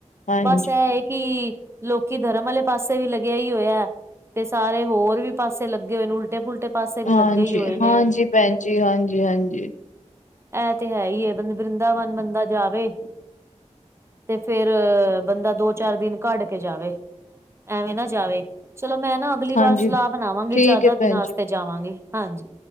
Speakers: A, on the left; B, on the right.
A: ਹਾਂ।
B: ਬਸ ਹੈ ਕਿ, ਲੋਕੀ ਧਰਮ ਵਾਲੇ ਪਾਸੇ ਵੀ ਲੱਗਿਆ ਹੀ ਹੋਇਆ। ਤੇ ਸਾਰੇ ਹੋਰ ਵੀ ਪਾਸੇ ਲੱਗੇ ਹੋਏ ਨੇ, ਉਲਟੇ ਪੁਲਟੇ ਪਾਸੇ ਵੀ
A: ਹਾਂਜੀ
B: ਲੱਗੇ ਹੀ ਹੋਏ ਨੇ।
A: ਹਾਂਜੀ ਭੈਣ ਜੀ, ਹਾਂਜੀ ਹਾਂਜੀ।
B: ਇਹ ਤੇ ਹੈ ਹੀ ਹੈ, ਵਰਿੰਦਾਵਨ ਬੰਦਾ ਜਾਵੇ ਤੇ ਫੇਿਰ, ਬੰਦਾ ਦੋ ਚਾਰ ਦਿਨ ਕੱਢ ਕੇ ਜਾਵੇ‌। ਐਵੇਂ ਨਾ ਜਾਵੇ, ਚਲੋ ਮੈਂ ਨਾ ਅਗਲੀ
A: ਹਾਂਜੀ
B: ਵਾਰ ਸਲਾਹ ਬਣਾਵਾਂਗੀ,
A: ਠੀਕ
B: ਜ਼ਿਆਦਾ
A: ਹੈ ਭੈਣ
B: ਦਿਨਾਂ ਵਾਸਤੇ
A: ਜੀ
B: ਜਾਵਾਂਗੇ, ਹਾਂਜੀ